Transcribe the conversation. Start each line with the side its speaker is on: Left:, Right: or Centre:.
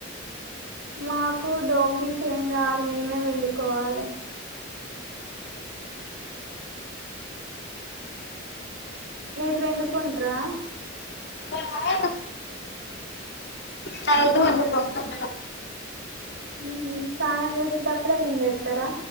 Right: మాకు దోపిస్ ఏం రారు మేమే పిండుకోవాల మీరు పిండుకుంట్రా
Left: మిమ్మల్ని నైటు పిండుకుంటాం
Right: ఉహు స్నానం చేసేటప్పుడే పిండేత్తరా